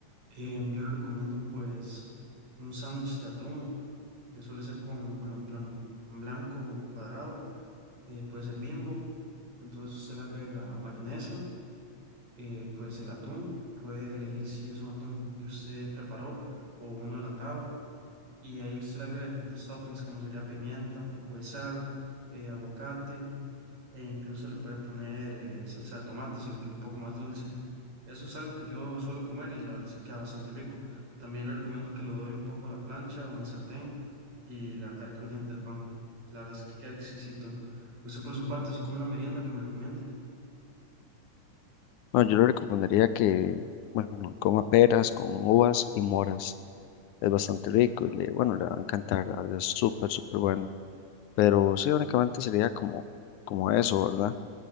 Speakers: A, on the right; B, on the left.
A: Em, yo le recomiendo pues un sándwich de atún, que suele ser con, bueno, plan pan blanco cuadrado eh, puede ser Bimbo, entonces usted le agrega mayonesa, eh, pues el atún, puede elegir si es un atún que usted preparó o uno enlatado y ahí usted le agrega diferentes toppings como sería pimienta, un poco de sal, eh, aguacate e incluso le puede poner eh, salsa de tomate si lo quiere un poco más dulce. Eso es algo que yo suelo comer y la verdad es que queda bastante rico. También le recomiendo que lo dore un poco a la plancha o en el sartén y la carne crujiente del pan. La verdad es que queda exquisito. Usted por su parte, así como una merienda que me recomiende.
B: no yo le recomendaría que, bueno, coma peras con uvas y moras, es bastante rico y le, bueno, le va a encantar, la verdad es súper, súper bueno, pero sí, únicamente sería como, como eso, ¿verdad?